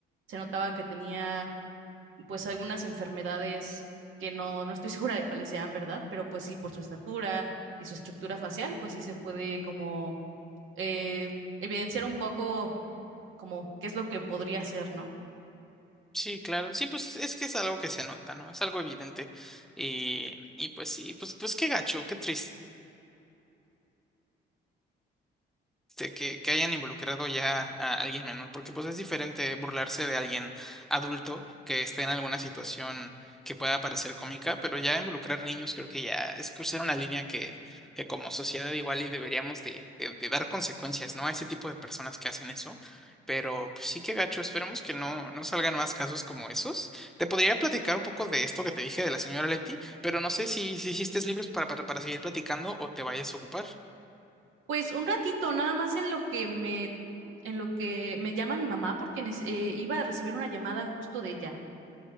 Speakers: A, on the right; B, in the centre.
A: se notaba que tenía pues algunas enfermedades que no, no estoy segura de cuáles sean, ¿verdad? Pero pues sí, por su estatura y su estructura facial, pues sí se puede como eh, evidenciar un poco como qué es lo que podría hacer, ¿no?
B: Sí, claro. Sí, pues es que es algo que se nota, ¿no? Es algo evidente. Y, y pues sí, pues, pues qué gacho, qué triste. este, que, que hayan involucrado ya a alguien menor, porque pues es diferente burlarse de alguien adulto que esté en alguna situación que pueda parecer cómica, pero ya involucrar niños creo que ya es cruzar una línea que, que como sociedad igual y deberíamos de, de- de dar consecuencias, ¿no? A ese tipo de personas que hacen eso. Pero pues sí que gacho, esperemos que no, no salgan más casos como esos. Te podría platicar un poco de esto que te dije de la señora Leti, pero no sé si, si hiciste libros para, para, para seguir platicando o te vayas a ocupar.
A: Pues un ratito, nada más en lo que me, en lo que me llama mi mamá, porque nes- eh, iba a recibir una llamada justo de ella.